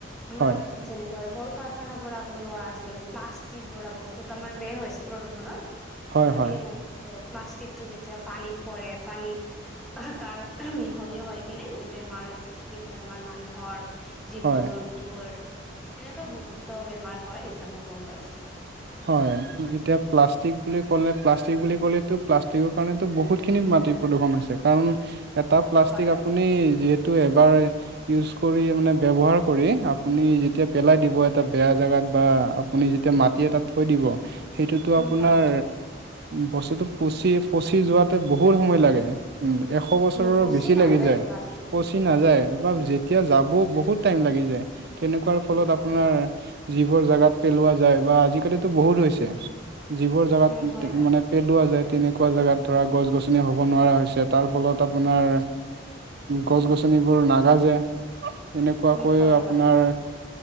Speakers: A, in the centre; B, on the right (about 50°).
A: আমাৰ
B: হয়,
A: যেনেকৈ কল কাৰখানাৰ পৰা ওলোৱা আজিকালি প্লাষ্টিক বোলা বস্তুতো আমাৰ মেইন হৈছে প্ৰদূষণৰ।
B: হয়,
A: অ',
B: হয়,
A: সেইবো <unintelligible> প্লাষ্টিকটো যেতিয়া পানীত পৰে পানীত তাৰ মিহলি হয় কিনে বেমাৰৰ সৃষ্টি হয় আমাৰ মানুহৰ, জীৱ
B: হয়,
A: জন্তুৰ। এনেকৈ বহুত বেমাৰ হয় জানোঁ গম পাইছোঁ।
B: হয়, যেতিয়া প্লাষ্টিক বুলি ক'লে প্লাষ্টিক বুলি ক'লেতো প্লাষ্টিকৰ কাৰণেতো বহুত খিনি মাটি প্ৰদূষণ হৈছে, কাৰণ এটা
A: উম
B: প্লাষ্টিক
A: হয় হয়
B: আপুনি যিহেত টো এবাৰ ইউজ কৰি মানে ব্যৱহাৰ কৰি, আপুনি যেতিয়া পেলাই দিব এটা বেয়া জেগাত বা আপুনি যেতিয়া মাটি এটাত থৈ দিব, সেইটোতো
A: উম
B: আপোনাৰ
A: হয় হয়
B: বস্তুটো পচি পচি যোৱাতে বহুত সময় লাগে। উম, এশ বছৰৰ
A: উম পচি
B: বেছি
A: নাযায়
B: লাগি যায়,
A: প্লাষ্টিক
B: পচি
A: উম হয়
B: নাযায়
A: হয়
B: তাপা যেত তিয়া যাব বহুত টাইম লাগি যায় তেনেকুৱাৰ ফলত
A: উম
B: আপোনাৰ
A: উম হয়
B: যিবোৰ জোগগাত পেলোৱা যায় বা আজিকালিতো বহুত হৈছে যিবোৰ জোগাত
A: উম হয় হয়
B: মানে পেলোৱা যায় তেনেকুৱা জোগাত ধৰা গছ গছনি হ'ব নোৱাৰা হৈছে তাৰ ফলত আপোনাৰ গছ গছনিবোৰ নাগাজে এনেকুৱাকৈ
A: উম হয়
B: আপোনাৰ
A: হয় হয়